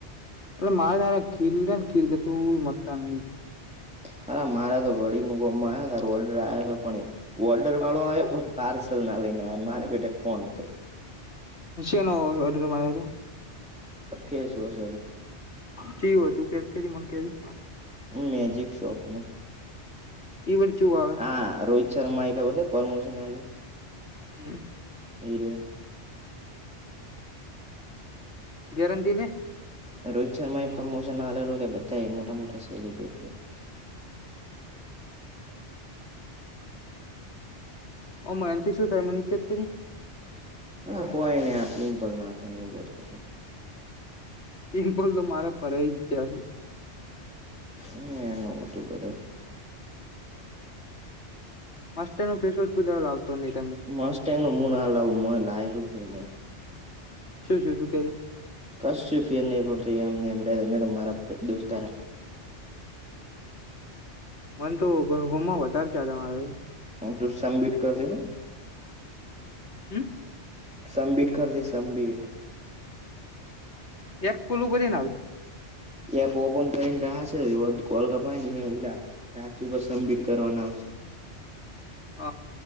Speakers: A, on the left; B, in the centre.
A: એટલે મારે દાારડા ખીર દન ખીર કે તું મોટા નહી.
B: હરા મારા તો વડી મુ ગમાં આવ્યા તો ઓર્ડર આવ્યો હતો. પણ ઓર્ડર વાળો આવ પણ પાર્સલ ના લઈને આવ મારે પટે ફોન કર્યો
A: છેનો ઓર્ડર માર્યો હતો
B: ફેસ વોશ.
A: જીવું હતું કે કે મ કેલી.
B: મેજિક શોપ નું.
A: વર ચું વા.
B: હા રોહિત શર્મા આ કબતે પરમોશન આલ.
A: હમ.
B: હિરોઈને.
A: ગેરંટી લે.
B: રોહિત શર્મા એ પ્રમોશન આલું બધા મોટા મોટા સેલિબ્રિટી.
A: મ એનથી શું થાય મનકેત કરી.
B: હા કોઈ નહી આ પમ્પલ ના થાય એવું બ.
A: પિમ્પલ તો મારે પરે જ જાય.
B: હ એ નટું બર
A: અસ્ટ નું કેશવ કુજા લ આવતો નહી તને
B: મસ્ત એ ન મું ના લાવું મ લાવેલું છે એને
A: શું છે તું કેતી
B: કશ ફેર નહીલ રહીમ તો મારા દોસ્ત
A: મને તો હોમમાં વધારે છે ત મારા
B: તું સબમિટ કર દેવ
A: હમ
B: સમબીટ કર દે સમબીટ
A: એપ કોોલું કરી ના
B: એપ ઓપન કરીને રહ્યા છે કોલ કપાય ઉલા ટર સમપિટ કરવાના આવશે
A: હ